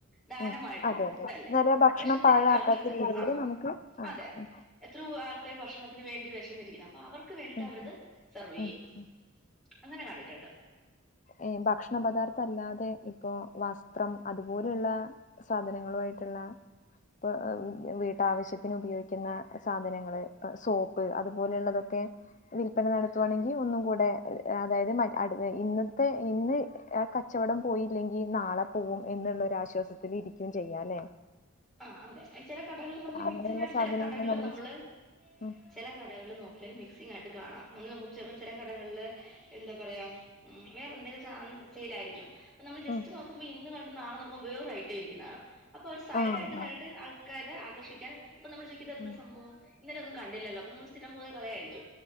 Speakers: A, in the centre; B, on the left (about 40°).
A: ദാനമായിട്ട്
B: ഉം അതെ
A: ഫുഡ്
B: അതെ
A: അല്ലേ
B: എന്നാല് ഭക്ഷണം
A: വിഷന്നിരുന്ന
B: പാഴാക്കാത്ത
A: ആൾക്കാർക്ക്
B: രീതിയില്
A: ആഹ്
B: നമുക്ക് ആ
A: അതെ
B: ഉം ഉം
A: എത്രൊ ആൾക്കാര് ഭക്ഷണത്തിന് വേണ്ടി വിശന്നിരിക്കുന്നത് അപ്പൊ അവർ ക്ക് വേണ്ടിട്ട്
B: ഉം
A: അവര്ത് സെർവ്യ്യും
B: ഉം ഉം
A: അങ്ങനെ കണ്ടിട്ടുണ്ട്
B: ഏഹ് ഭക്ഷണപദാർത്ഥല്ലാതെ ഇപ്പോ വസ്ത്രം അതുപോലേള്ള സാധനങ്ങളുമാട്ടുള്ള ഇപ്പ ഏഹ് വീട്ടാവശ്യത്തിന് ഉപയോഗിക്കുന്ന സാധനങ്ങള്, ഏഹ് സോപ്പ് അതുപോലെയുള്ളത് ക്കെ വിൽപ്പന നടത്തുവാണെങ്കിൽ ഒന്നുംകൂടെ. ഏഹ്. അതായത് മാ ഇന്ന് ത്തെ ഇന്ന് ആ കച്ചവടം പോയില്ലെങ്കി നാളെ പോവും എന്നുള്ളരു ആശ്വാസ ത്തിലിരിക്കും ചെയ്യാലേ
A: ആഹ് അതെ. ആഹ് ചെല കടകൾ നമുക്ക്
B: അങ്ങനെയുള്ള
A: മിക്സിങ് ആയിട്ട്
B: സാധനങ്ങൾ
A: ചെല കടകള്
B: നമ്മൾ
A: നമ്മള്
B: സ- ഉം
A: ചെല കടകള് നോക്കിയാൽ മിക്സിങ്ങ് ആയിട്ട് കാണാം. നമ്മൾ നോക്കുമ്പോ ചെൽപം ചെല കടകൾല് എന്താ പറയാ ഉം വേറെ എന്തേലും സാനം സെയിലായിരിക്കും ഇപ്പ നമ്മള് ജസ്റ്റ്
B: ഉം
A: നോക്കുമ്പോ ഇന്ന് കണ്ട് നാളെ നോക്കുമ്പോ വേറൊരയിറ്റയിരിക്കും കാണ്വാ. അപ്പോ ഒരു സൈഡായിട്ട്
B: ആഹ്
A: സൈഡായിട്ട്
B: ആഹ്
A: ആള് ക്കാരെ ആകർഷിക്കാൻ ഇപ്പ നമ്മൾ ചോയിക്കും ഇത് എന്താ
B: ഉം
A: സംഭവം. ഇന്നലെ ഒന്നും കണ്ടില്ലല്ലോ. അപ്പോ നമ്മൾ സ്ഥിരം പോയ കടയായിരിക്കും.